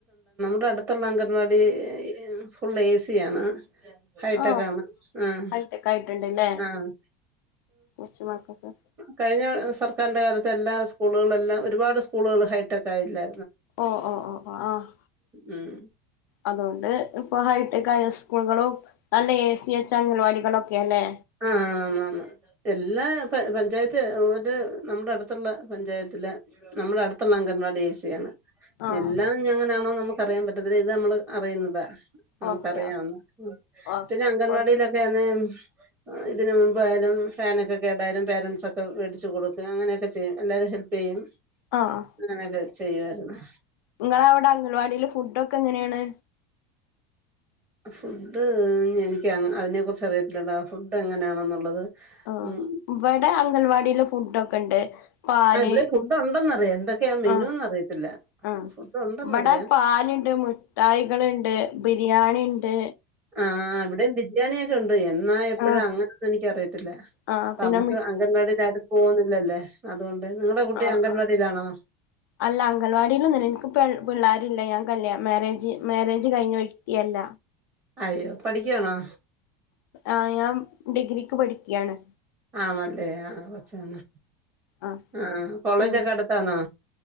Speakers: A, on the right; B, on the left.
A: ഇവടെ അട്ത്തുള്ള അംഗൻവാടി ഏ ഫുള്ള് ഏ സിയാണ് ഹൈട്ടകാണ്
B: ഓ
A: ഉം
B: ഹൈടെക് ആയിട്ടുണ്ടല്ലേ
A: ആഹ്
B: കൊച്ചുമക്കൾക്ക്
A: കഴിഞ്ഞ സർക്കാരിന്റെ കാലത്ത് എല്ലാ സ്കൂളും സ്കൂളുകളല്ലാം ഒരുപാട് സ്കളുകൾ ഹൈടെക്ക് ആയില്ലാ
B: ഓ ഓ ഓ ഓ ആഹ്
A: ഉം
B: അതോണ്ട് ഉം ഹൈടെക് ആയ സ്കൂള്കളും നല്ലെ എ സി വെച്ച അംഗൻവാാളൊക്ക എല്ലെ
A: ആ ആന്നാന്ന് എല്ലാ പഞ്ചായത്ത് ഒരു നമ്മുടെ അടുത്തുള്ള പഞ്ചായത്തില് നമ്മുടെ അടുത്തുള്ള അംഗൻവാടി എ സി ആണ്
B: ആഹ്
A: എല്ലാം ഇഞ് അങ്ങനെയാണോ നമുക്ക് പറിയാൻ പറ്റത്തില്ല ഇത് നമ്മള് അറിയുന്നതാ നമുക്കറിയാവുന്ന
B: ഓക്കെ ഓക്കെ
A: പിന്നെ അംഗൻവാടിയിലൊക്കെ
B: ഓക്കെ
A: അണെ ഇതിനന് മുമ്പായയാലും ഫാനൊക്കെ കേടായാലും പേരൻസൊക്കെ മേടിച്ച് കൊടുക്കും അങ്ങനെയൊക്കെ ചെയ്യും എല്ലാവരും ഹെൽപ് ചെയ്യും
B: ആഹ്
A: അങ്ങനകെ ചെയ്യു വാരുന്നു
B: നിങ്ങള അവിടെ അംഗൻവാടിൽ ഫുഡ് ക്കെ ങ്ങനെയാണ്?
A: ഫുഡ് എനിക്ക് അതിനെക്കുറിച്ച് അറിയത്തില്ലെടാ ഫുഡ് എങ്ങനെയാണെന്നുള്ളത്
B: ആ
A: ഉം
B: ഇവിടെ അംഗൽവാടിൽ ഫുഡൊ ക്കണ്ട് പാല്
A: ആ ഇവിടെ ഫുഡ് ഉണ്ടെന്നറിയാം എന്തൊക്കെയാ മെനുന്ന്
B: ആഹ്
A: അറിയത്തില്ല
B: ആ
A: ഫുഡ് ഉണ്ടെന്നറിയാം
B: ഇവിടെ പാല്ണ്ട് മുട്ടായികൾണ്ട് പിന്നെ ബിരിയാണി ണ്ട്
A: ആ ഇവിടെ ബിരിയാണിയക്കെ ണ്ട് എന്നാ എപ്പോഴാ
B: ആഹ്
A: അങ്ങനെൊന്നും എനിക്ക അറിയത്തില്ല
B: ആഹ്
A: നമ്മുക്ക്
B: പിന്നെ
A: അംഗൻവാടിൽ ആരും പോകുന്നില്ലല്ലേ അതുകൊണ്ട് നിങ്ങളുടെ കുട്ടി
B: ആ
A: അംഗൻവാടിയിലാണോ
B: ആ അല്ല അംഗൻവാടില്ലൊന്നല്ല എനിക്ക് പിള്ളേരില്ല ഞാ ല്ല മാരേജ് മാരേജ് കഴിഞ്ഞ വ്യക്തിയല്ല
A: അയ്യോ പഠിക്കാ ണോ
B: ആഹ് ഞാൻ ഡിഗ്രിക്ക് പഠിക്യാണ്
A: ആണല്ലേ ആ കൊച്ചാണ്
B: ആഹ്
A: ആ കോളേജൊക്കെ
B: പിൻ
A: അടുത്താണോ